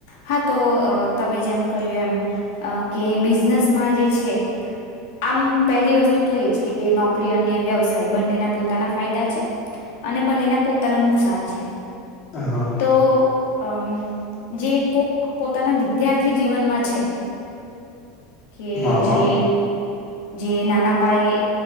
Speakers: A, on the left (about 60°); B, on the left (about 30°).
A: હા તો તમે જેમ કહ્યું એમ કે બિઝનેસમાં જે છે, આમ પહેલી વસ્તુ તો એ જ કે નોકરી અને વ્યવસાય બંનેના પોતાના ફાયદા છે, અને બંનેના પોતાના નુકસાન છે.
B: હા
A: તો અમ જે કોક પોતાના વિદ્યાર્થી જીવનમાં છે, કે
B: હા
A: જે
B: હા
A: જે નાના પાયે